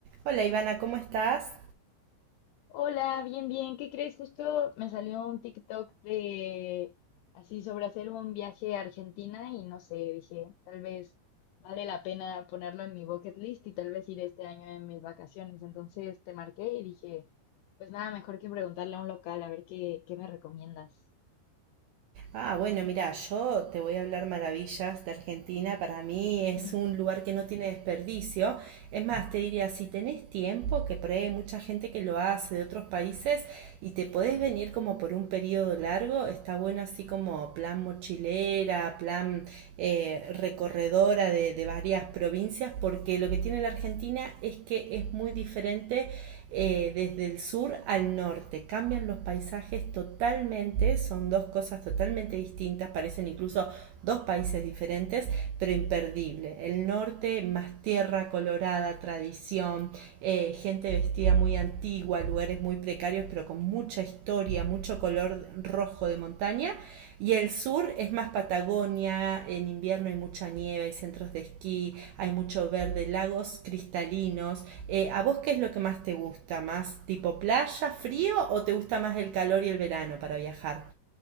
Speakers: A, on the right; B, on the left.
A: Hola Ivana, ¿cómo estás?
B: Hola, bien, bien. ¿Qué crees? Justo me salió un TikTok de así sobre hacer un viaje a Argentina y no sé, dije, tal vez vale la pena ponerlo en mi bucket list y tal vez ir este año en mis vacaciones. Entonces te marqué y dije, pues nada, mejor que preguntarle a un local a ver qué, qué me recomiendas.
A: Ah, bueno, mira, yo te voy a hablar maravillas de Argentina. Para mí
B: <laughs>
A: es un lugar que no tiene desperdicio. Es más, te diría, si tenés tiempo, que por ahí hay mucha gente que lo hace de otros países y te podés venir como por un periodo largo, está bueno así como plan mochilera, plan eh, recorredora de, de varias provincias, porque lo que tiene la Argentina es que es muy diferente eh, desde el sur al norte. Cambian los paisajes totalmente, son dos cosas cosas totalmente distintas, parecen incluso dos países diferentes, pero imperdible. El norte más tierra colorada, tradición, eh, gente vestida muy antigua, lugares muy precarios, pero con mucha historia, mucho color rojo de montaña. Y el sur es más Patagonia, en invierno hay mucha nieve, hay centros de esquí, hay mucho verde, lagos cristalinos. Eh, ¿A vos qué es lo que más te gusta? ¿Más tipo playa, frío o te gusta más el calor y el verano para viajar?